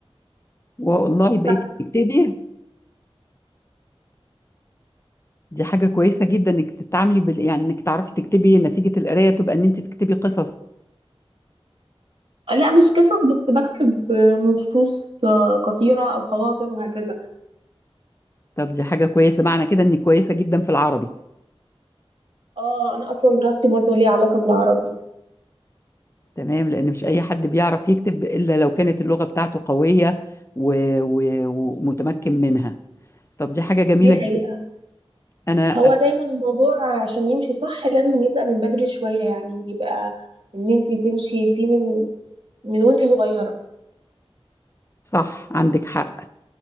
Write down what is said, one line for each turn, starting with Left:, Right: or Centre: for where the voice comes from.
Left: والله بقيتي
Right: ف-
Left: بتكتبي دي حاجه كويسه جدا انك تتعاملي بال... يعني انك تعرفي تكتبي نتيجه القرايه تبقى ان انت تكتبي قصص
Right: لا مش قصص بس بكتب نصوص قصيرة او خواطر وهكذا
Left: طب دي حاجه كويسه معنى كده انك كويسه جدا في العربي
Right: اه انا اصلا دراستي برضو ليها علاقة بالعربي
Left: تمام لأن مش أي حد بيعرف يكتب إلا لو كانت اللغة بتاعته قوية و... و... ومتمكن منها طب دي حاجة جميلة
Right: دي حقيقة
Left: جدا أنا
Right: هو دايما الموضوع عشان يمشي صح لازم يبدأ من بدري شوية يعني بيبقى ان انتي تمشي فيه من من وانتي صغيرة
Left: صح عندك حق